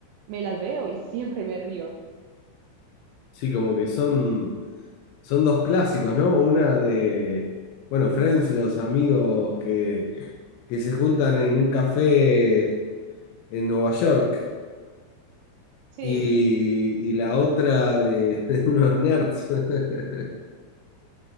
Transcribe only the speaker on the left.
Sí, como que son, son dos clásicos, ¿no? Una de, bueno, Friends, los amigos que, que se juntan en un café en Nueva York.
y, y la otra de, <laughs> de unos nerds. <laughs>